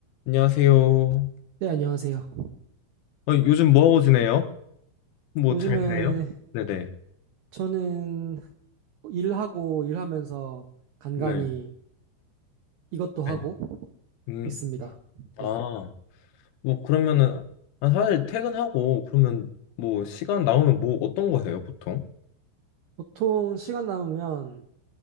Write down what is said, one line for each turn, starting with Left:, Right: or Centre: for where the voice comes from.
Left: 안녕하세요.
Right: 네, 안녕하세요.
Left: 어, 요즘 뭐하고 지내요? 뭐
Right: 요즘에
Left: 잘 지내요? 네네.
Right: 저는 일하고 일하면서 간간히
Left: 네.
Right: 이것도 하고
Left: 네. 음,
Right: 있습니다. 네.
Left: 아, 뭐 그러면은 아, 사실 퇴근하고 그러면 뭐 시간 나오면 뭐 어떤 거 해요, 보통?
Right: 보통 시간 남으면